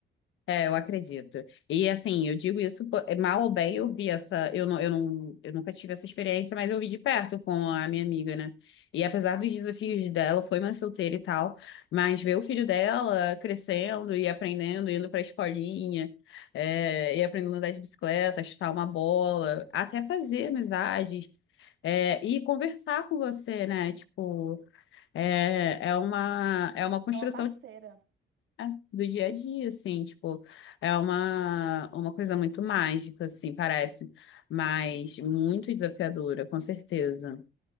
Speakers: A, on the left; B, on the right.
A: É, eu acredito. E assim, eu digo isso, pô, é, mal ou bem, eu vi essa, eu não, eu não, eu nunca tive essa experiência, mas eu vi de perto com a minha amiga, né? E apesar dos desafios dela, foi mãe solteira e tal, mas ver o filho dela crescendo e aprendendo, indo pra escolinha, é, e aprendendo a andar de bicicleta, chutar uma bola, até fazer amizades, é, e conversar com você, né? Tipo, é, é uma, é uma construção
B: É uma parceira.
A: é, do dia a dia, assim, tipo, é uma, uma coisa muito mágica, assim, parece, mas muito desafiadora, com certeza.